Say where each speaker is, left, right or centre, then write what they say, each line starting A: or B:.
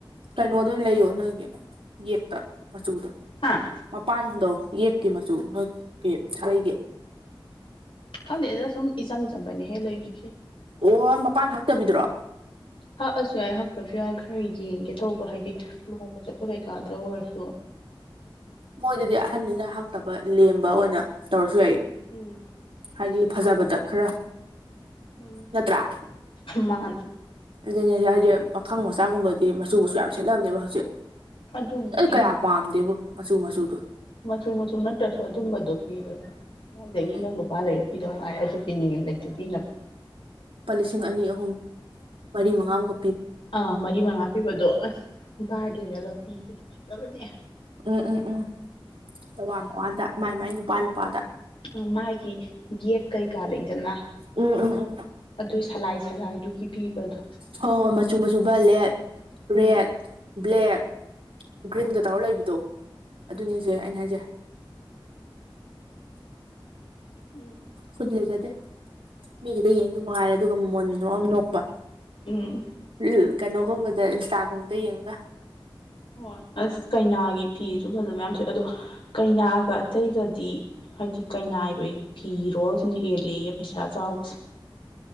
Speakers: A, on the right; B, on the left.
A: ꯀꯩꯅꯣꯗ ꯑꯣꯏꯅ ꯂꯩꯌꯣ ꯅꯣꯏꯒꯤ ꯌꯦꯛꯇ ꯃꯆꯨꯗꯣ
B: ꯍꯥꯥ
A: ꯃꯄꯥꯟꯗꯣ ꯌꯦꯛꯀꯤ ꯃꯆꯨ ꯅꯣꯏꯒꯤ ꯁꯂꯏꯒꯤ
B: ꯈꯪꯗꯗ ꯁꯨꯝ ꯏꯆꯝ ꯆꯝꯕꯅꯦꯍꯦ ꯂꯩꯗ꯭ꯣꯏꯁ
A: ꯑꯣ ꯃꯄꯥꯟ ꯍꯇꯕꯤꯗ꯭ꯔꯣ
B: ꯍꯛꯑꯁꯨ ꯌꯥꯏ ꯍꯛꯇ꯭ꯔꯁꯨ ꯌꯥꯏ ꯈꯔ ꯌꯦꯡꯒꯦ ꯇꯧꯕ ꯍꯥꯏꯗꯤ ꯂꯨꯍꯣꯡꯕ ꯆꯠꯄ ꯀꯩꯀꯥꯗ ꯑꯣꯏꯔꯁꯨ
A: ꯃꯣꯏꯗꯗꯤ ꯑꯍꯟꯅꯤꯅ ꯍꯛꯇꯕ ꯂꯦꯝꯕ ꯑꯣꯏꯅ ꯇꯧꯔꯁꯨ ꯌꯥꯏꯌꯦ
B: ꯎꯝ
A: ꯍꯥꯏꯗꯤ ꯐꯖꯕꯗ ꯈꯔ
B: ꯎꯝ
A: ꯅꯠꯇ꯭ꯔꯥ
B: ꯃꯥꯥꯅꯦ
A: ꯑꯗꯨꯅꯦ ꯍꯥꯏꯗꯤ ꯄꯥꯈꯪ ꯃꯆꯥꯒꯨꯝꯕꯗꯤ ꯃꯆꯨꯒꯁꯨ ꯌꯥꯝ ꯁꯦꯠꯅꯕꯝꯅꯦꯕ ꯍꯧꯖꯤꯛ
B: ꯑꯗꯨꯕꯨꯗꯤ
A: ꯀꯌꯥ ꯄꯥꯝꯗꯦꯕ ꯃꯆꯨ ꯃꯆꯨꯗꯣ
B: ꯃꯆꯨ ꯃꯆꯨ ꯅꯠꯇ꯭ꯔꯁꯨ ꯑꯗꯨꯝꯕꯗꯣ ꯄꯤꯔ ꯗꯒꯤ
A: ꯎꯝ
B: ꯅꯪ ꯅꯨꯄꯥ ꯂꯩꯔ ꯐꯤꯗꯧꯉꯥꯏꯔꯦ ꯑꯩꯁꯨ ꯄꯤꯅꯤꯡꯉꯦ ꯂꯩꯇꯦ ꯄꯤꯅꯕ
A: ꯂꯨꯄꯥ ꯂꯤꯁꯤꯡ ꯑꯅꯤ ꯑꯍꯨꯝ ꯃꯔꯤ ꯃꯉꯥꯃꯨꯛ
B: ꯑꯥ ꯃꯔꯤ ꯃꯉꯥ ꯄꯤꯕꯗꯣ ꯑꯁ ꯕꯥꯔꯗꯦꯗꯒ ꯄꯤꯕꯗꯣ ꯐꯖꯕꯅꯦ
A: ꯎꯝ-ꯎꯝ-ꯎꯝ ꯃꯋꯥ ꯃꯋꯥꯗ ꯃꯥꯏ-ꯃꯥꯏ ꯅꯨꯄꯥ ꯅꯨꯄꯥꯗ
B: ꯎꯝ ꯃꯥꯒꯤ ꯌꯦꯛ ꯀꯩꯀꯥ ꯂꯩꯗꯅ
A: ꯎꯝ-ꯎꯝ-ꯎꯝ
B: ꯑꯗꯨꯏ ꯁꯂꯥꯏ ꯁꯂꯥꯏꯗꯨꯒꯤ ꯄꯤꯕꯗꯣ
A: ꯍꯣꯏ-ꯍꯣꯏ ꯃꯆꯨ-ꯃꯆꯨ ꯕꯂꯦꯠ
B: ꯎꯝ
A: ꯔꯦꯠ ꯕ꯭ꯂꯦꯛ ꯒ꯭ꯔꯤꯟꯒ
B: ꯍꯣ
A: ꯇꯧꯔꯒ ꯂꯩꯕꯗꯣ ꯑꯗꯨꯅꯦꯁꯦ
B: ꯎꯝ
A: ꯑꯩꯅ ꯍꯥꯏꯁꯦ
B: ꯎꯝ
A: ꯍꯨꯗꯤ ꯂꯩꯖꯗꯦ ꯃꯤꯒꯤꯗ ꯌꯦꯡꯗ ꯃꯅꯨꯡꯉꯥꯏꯔꯦ ꯑꯗꯨꯒ ꯃꯃꯣꯟ ꯅꯣꯛꯑꯝ ꯅꯣꯛꯄ
B: ꯎꯝ
A: ꯎ ꯀꯩꯅꯣꯒꯨꯝꯕꯗ ꯏꯟꯁꯇꯥꯒꯨꯝꯕꯗ ꯌꯦꯡꯉꯒ
B: ꯍꯣꯏ ꯑꯁ ꯀꯩꯅꯥꯒꯤ ꯐꯤꯁꯨ ꯐꯖꯕ ꯌꯥꯝ ꯊꯣꯛꯑꯦ ꯑꯗꯣ ꯀꯩꯅꯥꯒ ꯑꯇꯩꯒꯗꯤ ꯍꯥꯏꯗꯤ ꯀꯩꯅꯥꯏꯕꯩ ꯐꯤꯔꯣꯁꯤꯅ ꯍꯦꯜꯂꯤꯌꯦ ꯄꯩꯁꯥ ꯆꯥꯎꯕꯁꯦ